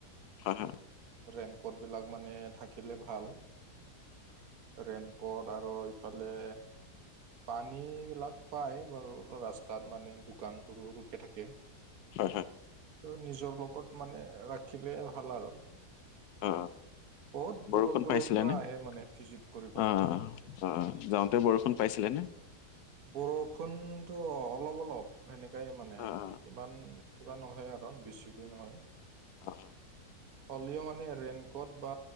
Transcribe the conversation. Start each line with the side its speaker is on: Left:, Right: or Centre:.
Left: হয় হয়।
Right: ৰেইনকোট বিলাক মানে থাকিলে ভাল। ৰেইন কোট আৰু ইফালে পানী বিলাক পায় বাৰু ৰাস্তাত মানে দোকান সৰু সৰুকে থাকে।
Left: হম হুম।
Right: ত নিজৰ লগত মানে ৰাখিলে ভাল আৰু।
Left: অ।
Right: বহুত
Left: বৰষুণ
Right: দূৰৰ দূৰৰ
Left: পাইছিলে
Right: পৰা
Left: নে?
Right: আহে মানে
Left: আঁ,
Right: ভিজিট কৰিব।
Left: অঁ যাওঁতে বৰষুণ পাইছিলেনে?
Right: বৰষুণটো অ--অলপ অলপ। সেনেকাই মানে,
Left: আহ
Right: ইমান কিবা নহয় আৰু বেছিকৈ নহয়।
Left: অঁ।
Right: হলেও মানে ৰেইনক'ট বা